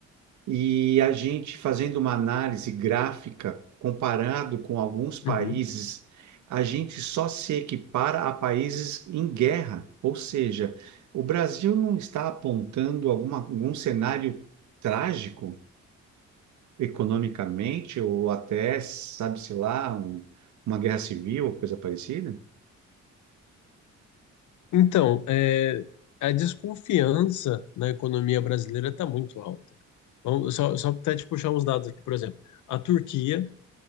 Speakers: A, on the right; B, on the left.
A: E a gente fazendo uma análise gráfica comparado com alguns países,
B: uhum.
A: a gente só se equipara a países em guerra, ou seja, o Brasil não está apontando alguma, algum cenário trágico economicamente ou até, sabe-se lá, um- uma guerra civil ou coisa parecida,
B: Então, é, a desconfiança na economia brasileira está muito alta. Vamos, só, só até te puxar uns dados aqui, por exemplo. A Turquia